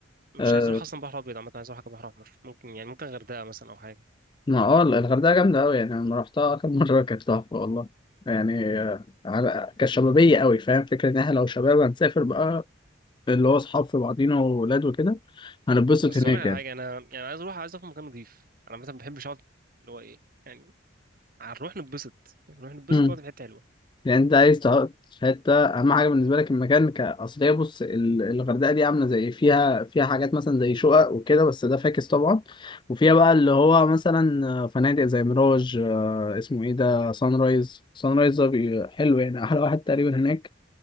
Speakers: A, on the right; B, on the left.
A: مش
B: آه،
A: عايز أروح أصلا بحر أبيض عامة عايز أروح حاجة بحر أحمر ممكن يعني ممكن غردقة مثلا أو حاجة
B: ما اه الغردقة جامدة أوي يعني أنا لما رحتها آخر مرة كانت تحفة والله يعني آه، على كشبابية أوي فاهم فكرة إن إحنا لو شباب هنسافر بقى اللي هو أصحاب في بعضينا وولاد وكده هنتبسط
A: بس
B: هناك
A: أقول لك على
B: يعني
A: حاجة أنا يعني عايز أروح عايز أروح مكان نضيف أنا مثلا ما بحبش أقعد اللي هو ايه يعني هنروح نتبسط يعني نروح نتبسط
B: مم.
A: ونقعد في حتة حلوة
B: يعني أنت عايز تقعد في حتة أهم حاجة بالنسبة لك المكان كأصلية بص ال- الغردقة دي عاملة زي فيها فيها حاجات مثلا زي شقق وكده بس ده فاكس طبعا وفيها بقى اللي هو مثلا آه، فنادق زي ميراج آه، اسمه إيه ده سان رايز سان رايز ده بي- حلو يعني أحلى واحد تقريبا هناك